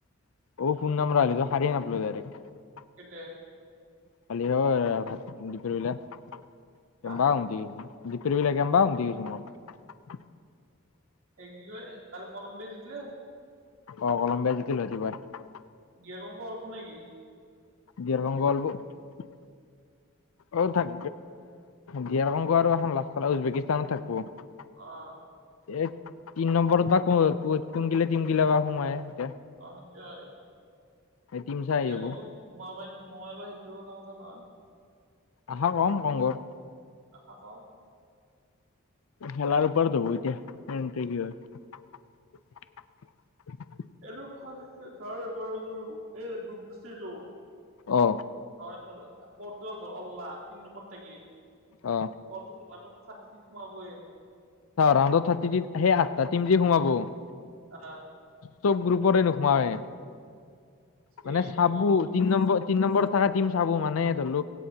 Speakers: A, on the left; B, on the right.
A: অ ফোনন নম্বৰ আালি সাৰি নাপল ডাইৰেকট <unintelligible>
B: এট ।
A: কালি হ ভাত দি পেলবা কেমা
B: হা
A: উট । <unintelligible> <unintelligible>
B: সে কি হয় তাললে কলম্ব জিতিলে।
A: অ কলম্বীয়া জিকিল ৰাতিপুৱাই ।
B: বিয়াকংক অল্প নেকি? <unintelligible>
A: গীৰকং গলব <unintelligible> অ থাক দিয়াকংক আৰু এখন লাষ্টাল উজবেকিস্তানত থাকিবো <unintelligible>
B: আহ ।
A: এই তিন নম্বৰত বা ক কুমকিলে তিমগিলে বা সোমাই । <unintelligible>
B: অ সেইটো ।
A: এই টিম চাই
B: দি
A: আহিব
B: আৰ কন্নগো সোমাবাই নোসোমাই বাা সেইটোও এটা কথা নহয় ।
A: আহা কম কংগৰ ।
B: আশা কম ।
A: খেলৰ উপৰত হব এতিয়া <unintelligible>
B: এনে ধৰ বৰ গৰু এই ব্ৰুপ যত
A: অ
B: <unintelligible> ন বৰ্তাল ধ অল্লাহ তি নম্বৰ থাকি <unintelligible>
A: অ
B: অতন মানুহ ছাত্ৰী হো এ । <unintelligible>
A: ৰাউডত থাৰ্টি সেই আঠটা টিম দি সোমাব ।
B: আহ ।
A: ছব গ্ৰুপৰে নোসোমই
B: সেই
A: মানে চাব
B: সেইটো কথা
A: তিন নম্বৰ তিন নম্বৰ থকা চাবো মানে ধৰিলও